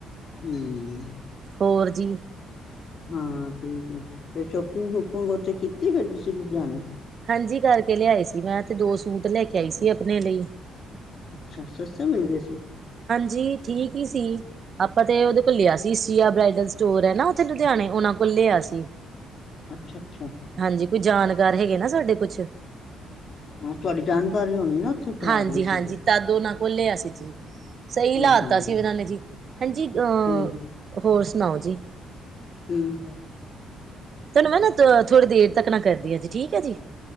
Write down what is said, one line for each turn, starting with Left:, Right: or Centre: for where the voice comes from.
Left: ਹੂੰ
Right: ਹੋਰ ਜੀ।
Left: ਹਾਂ ਠੀਕ ਹੈ ਫੇਰ ਸ਼ੋਪਿੰਗ ਸ਼ੂਪਿੰਗ ਉੱਥੇ ਕੀਤੀ ਫੇਰ ਤੁਸੀਂ ਲੁਧਿਆਣੇ।
Right: ਹਾਂਜੀ ਕਰਕੇ ਲਿਆਏ ਸੀ ਮੈਂ ਤੇ ਦੋ ਸੂਟ ਲੈ ਕੇ ਆਈ ਸੀ ਆਪਣੇ ਲਈ।
Left: ਅੱਛਾ ਸਸਤੇ ਮਿਲ ਗਏ ਸੀ।
Right: ਜੀ ਠੀਕ ਹੀ ਸੀ ਆਪਾਂ ਤੇ ਉਹਦੇ ਕੋਲ ਲਿਆ ਸੀ ਸੀਆ ਬ੍ਰਾਈਡਲ ਸਟੋਰ ਹੈ ਨਾ ਉੱਥੇ ਲੁਧਿਆਣੇ ਉਹਨਾਂ ਕੋਲ। ਲਿਆ ਸੀ।
Left: ਅੱਛਾ ਅੱਛਾ।
Right: ਹਾਂਜੀ ਕੋਈ ਜਾਣਕਾਰ ਹੈਗੇ ਨਾ ਸਾਡੇ ਕੁਛ।
Left: ਹਾਂ ਤੁਹਾਡੀ ਜਾਣਕਾਰੀ ਹੋਣੀ ਨਾ, ਉੱਥੇ ਭਰਾ
Right: ਹਾਂਜੀ-ਹਾਂਜੀ
Left: ਦੀ ਤੁਹਾਡੇ
Right: ਤਾਂਦੋ ਨਾ, ਖੋਲਿਆ ਸੀ, ਜੀ ਸਹੀ
Left: ਹੂੰ
Right: ਲਾਤਾ
Left: ਹੂੰ
Right: ਸੀ ਉਹਨਾਂ ਨੇ ਜੀ ਹਾਂਜੀ ਅਹ
Left: ਠੀਕ
Right: ਹੋਰ ਸੁਣਾਓ ਜੀ?
Left: ਠੀਕ ਹੈ,
Right: ਤੈਨੂੰ ਮੈਂ ਨਾ ਥੋੜੀ ਦੇਰ ਤੱਕ ਨਾ ਕਰਦੀ ਹਾਂ ਜੀ ਠੀਕ ਹੈ ਜੀ।